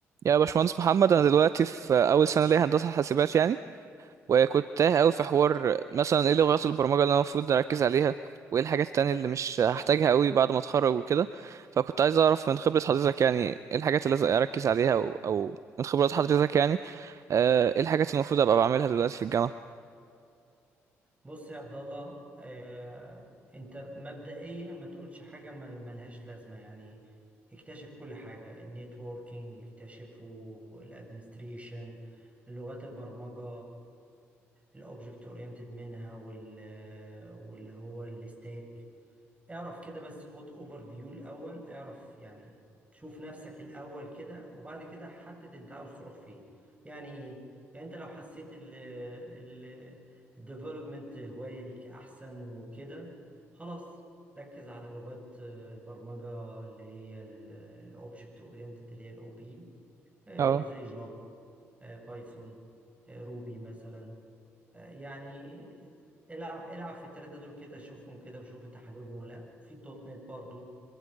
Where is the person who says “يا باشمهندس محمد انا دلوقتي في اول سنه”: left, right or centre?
Right